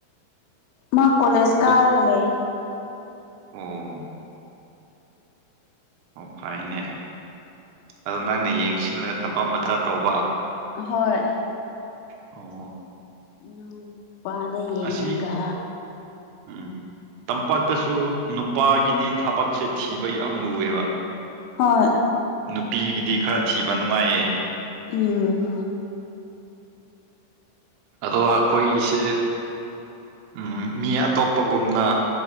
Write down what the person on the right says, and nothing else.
ꯀꯣꯛ
ꯑꯣ ꯑꯣ ꯐꯩꯅꯦ ꯑꯗꯣ ꯅꯪꯅ ꯌꯦꯡꯁꯤꯜꯂꯒ ꯊꯕꯛ ꯃꯆꯥ ꯇꯧꯕ
ꯑꯣ
ꯑꯁꯤ ꯎꯝ ꯇꯝꯄꯥꯛꯇꯁꯨ ꯅꯨꯄꯥꯒꯤꯗꯤ ꯊꯕꯛꯁꯦ ꯊꯤꯕ ꯌꯥꯝ ꯂꯨꯋꯦꯕ
ꯅꯨꯄꯤꯒꯤꯗꯤ ꯈꯔ ꯊꯤꯕ ꯅꯨꯡꯉꯥꯏꯌꯦ
ꯑꯗꯣ ꯑꯩꯈꯣꯏꯒꯤꯁꯦ ꯎꯝ ꯃꯤ ꯑꯇꯣꯞꯄꯒꯨꯝꯅ